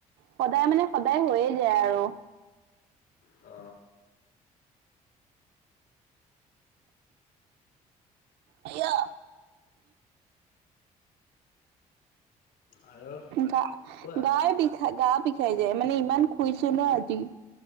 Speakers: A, on the right; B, on the left.
A: সদায় মানে, সদায় হৈয়ে যায় আৰু।
B: অ।
A: আই অ
B: আৰু
A: গা,
B: কোৱা
A: গা বিষাই গা বিষ খাই যায়, মানে ইমান খুইছো ন' আজি।